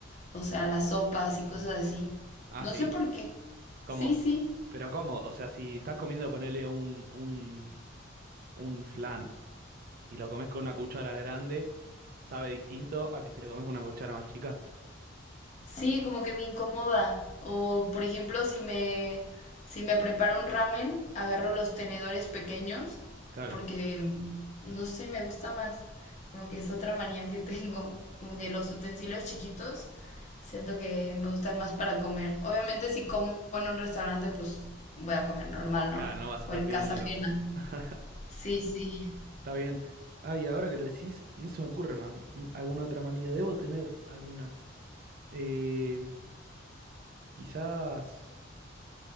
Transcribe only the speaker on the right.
Ah,
sí.
¿Cómo?
Pero ¿cómo? O sea, si estás comiendo, ponerle un, un, un flan y lo comes con una cuchara grande, sabe distinto a que si lo comes con una cuchara más chica.
Claro,
claro, no vas a estar
pidiéndolo.
<laughs>
Está bien. Ay, ahora que lo decís, no se me ocurre más. un- ¿Alguna otra manía? Debo tener alguna. Eh, quizás.